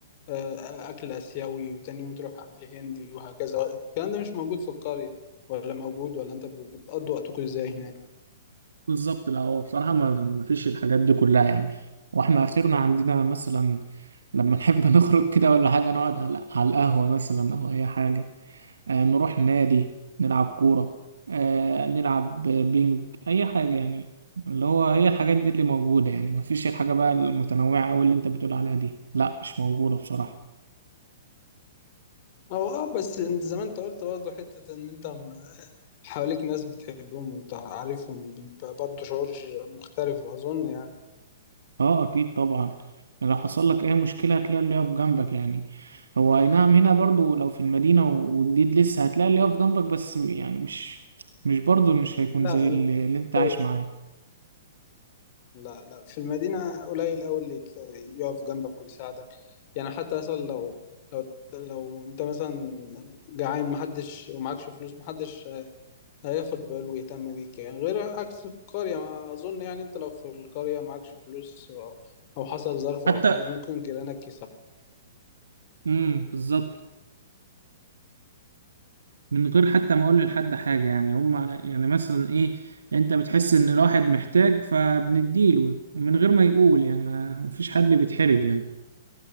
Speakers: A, on the left (about 40°); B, on the right (about 65°).
A: آه، اكل اسيوي وتاني يوم تروح اكل هندي وهكذا الكلام ده مش موجود في القرية ولا موجود ولا انت ب- بتقضي وقتكم ازاي هناك
B: بالظبط لا هو بصراحة ما ما فيش الحاجات دي كلها يعني واحنا اخرنا عندنا مثلا لما نحب <laughs> نخرج كده ولا حاجة نقعد على على القهوة مثلا او اي حاجة آه نروح نادي نلعب كورة آه نلعب بينج اي حاجة يعني اللي هو هي الحاجات دي اللي موجودة يعني ما فيش الحاجة بقى المتنوعة او اللي انت بتقول عليها دي لا مش موجودة بصراحة
A: او اه بس زي ما انت قلت برضه حتة ان انت م- حواليك ناس بتحبهم وتعرفهم بيبقى برضه شعور مختلف اظن يعني
B: اه اكيد طبعا لو حصل لك اي مشكله هتلاقي اللي يقف جنبك يعني هو اي نعم هنا برضو لو في المدينه و- وجديد لسه هتلاقي اللي يقف جنبك بس يعني مش مش برضو مش هيكون
A: لا
B: زي اللي, اللي انت عايش
A: أوي لا
B: معاه
A: لا لا في المدينة قليل أوي اللي يت- يقف جنبك ويساعدك يعني حتى مثلا لو لو لو أنت مثلا جعان محدش ومعكش فلوس محدش هياخد باله ويهتم بيك يعني غير عكس القرية ما أظن يعني أنت لو في القرية معكش فلوس أو أو حصل ظرف
B: حتى
A: أو حاجة ممكن جيرانك يساعدوك
B: امم بالظبط من غير حتى ما اقول لحد حاجه يعني هم يعني مثلا ايه انت بتحس ان الواحد محتاج فبنديله من غير ما يقول يعني ما مفيش حد بيتحرج يعني